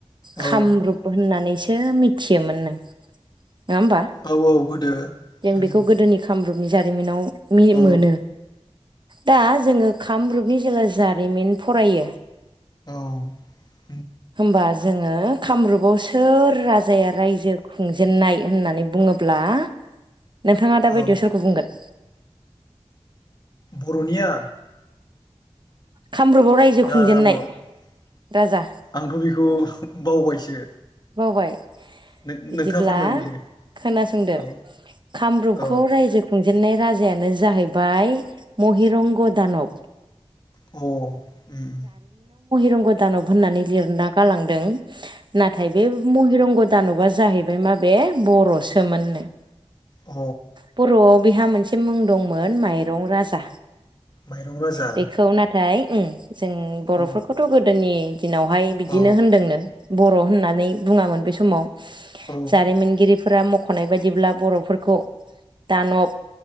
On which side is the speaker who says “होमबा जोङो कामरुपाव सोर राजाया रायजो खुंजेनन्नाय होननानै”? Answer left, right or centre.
Right